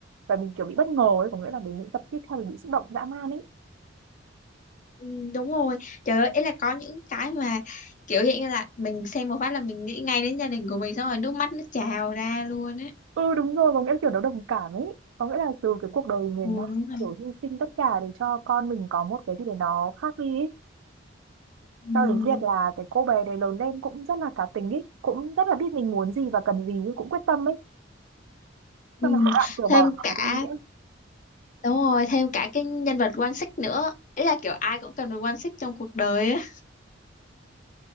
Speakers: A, on the right (about 85°); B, on the left (about 40°).
A: và mình kiểu bị bất ngờ ấy có nghĩa là đến những tập tiếp theo mình bị xúc động dã man ấy
B: ừm, đúng rồi trời ơi ấy là có những cái mà kiểu hiện như là mình xem một phát là mình nghĩ ngay đến gia đình của mình xong rồi nước mắt nó trào ra luôn á
A: ừ đúng rồi có nghĩa là kiểu nó đồng cảm ấy có nghĩa là từ cái cuộc đời mình
B: ừ
A: nó
B: đúng rồi
A: kiểu hy sinh tất cả để cho con mình có một cái gì để nó khác đi ấy
B: Ừm,
A: cho đến việc là cái cô bé đấy lớn lên cũng rất là cá tính ấy cũng rất là biết mình muốn gì và cần gì nhưng cũng quyết tâm ấy
B: ừm.
A: xong mà các bạn kiểu bỏ
B: thêm
A: nhà
B: cả
A: đi nghĩa
B: Đúng rồi, thêm cả cái nhân vật quan xích nữa. Ý là kiểu ai cũng cần được quan xích trong cuộc đời á.